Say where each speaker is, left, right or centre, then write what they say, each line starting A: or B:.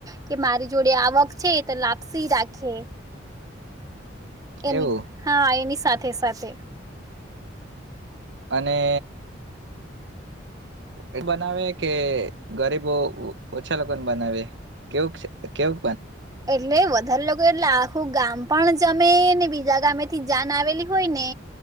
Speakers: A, on the right; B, on the right.
A: કે મારી જોડે આવક છે તો લાપસી રાખે. એની
B: એવું
A: હા એની સાથે સાથે સાથે.
B: અને. એ બનાવે કે ગરીબો. ઓછા લોકોને બનાવે કેવુક છે કેવુ
A: એટલે વધારે લોકો. એટલે આખું ગામ પણ જમેને બીજા ગામેથી જાન આવેલી હોય ને